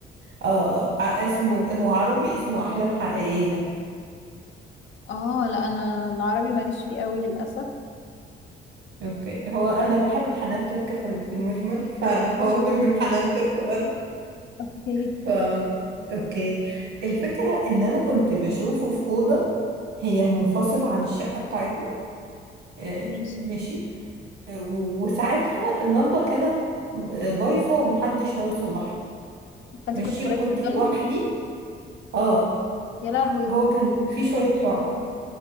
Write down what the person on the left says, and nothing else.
اه لا أنا العربي ماليش فيه قوي للأسف
اوكي
ماشي
فأنت
كنت اتفرجت
في الضلمة؟
يا لهوي